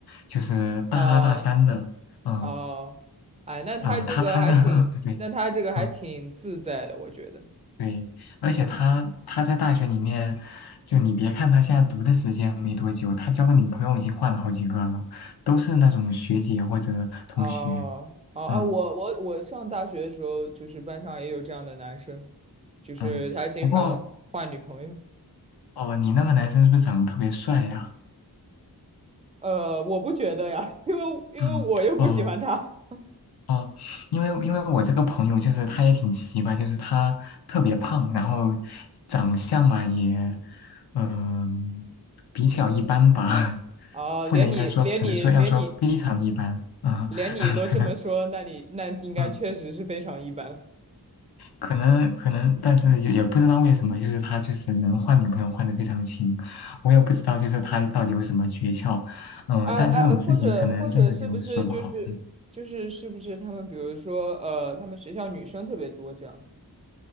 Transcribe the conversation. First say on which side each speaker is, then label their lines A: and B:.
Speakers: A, on the left; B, on the right.
A: 就是大二大三的，
B: 啊
A: 嗯
B: 啊，哎，那他这个还挺，
A: 呃，他他是 <laughs> 对，
B: 那他这个还挺自在的，
A: 嗯
B: 我觉得。
A: 对，而且他他在大学里面，就你别看他现在读的时间没多久，他交的女朋友已经换了好几个了，都是那种学姐或者同学，
B: 啊啊啊！
A: 嗯
B: 我我我上大学的时候，就是班上也有这样的男生，就是他经常换女朋友。
A: 嗯，不过，哦、你那个男生是不是长得特别帅呀？
B: 呃，我不觉得呀，因为因为我又不喜欢他。
A: 嗯哦。啊，因为因为我这个朋友就是他也挺奇怪，就是他特别胖，然后长相嘛也，嗯、比较一般吧，<laughs>
B: 啊、
A: 或者应该说可能说要说非常一般，
B: 连你连你连你
A: 嗯，
B: 连你都这么说，
A: <laughs> 可能
B: 那你那应该确实是非常一般了。
A: 嗯可能可能，但是也也不知道为什么，就是他就是能换女朋友换的非常勤，我也不知道就是他到底有什么诀窍，嗯、
B: 哎哎，
A: 但这种事情可能真的就说不好，
B: 或者或者是不是就是就是是不是他们比如说呃，
A: 嗯。
B: 他们学校女生特别多这样子？